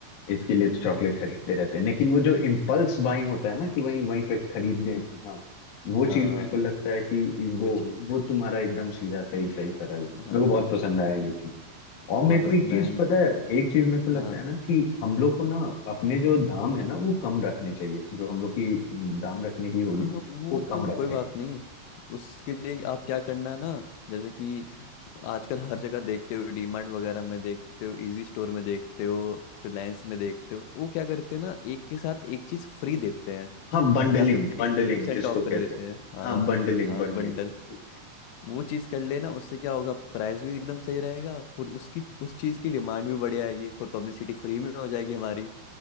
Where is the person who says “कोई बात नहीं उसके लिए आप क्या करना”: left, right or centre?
Left